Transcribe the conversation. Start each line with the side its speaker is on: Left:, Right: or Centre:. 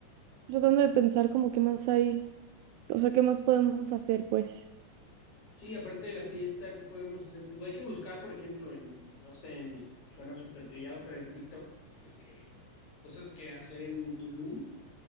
Right: Tratando de pensar como qué más hay. O sea, ¿qué más podemos hacer, pues?
Left: Sí, aparte de la fiesta, ¿qué podemos hacer? Pues hay que buscar, por ejemplo, en, no sé, en, suena súper trillado, pero en TikTok, de que cosas que hacer en Tulum,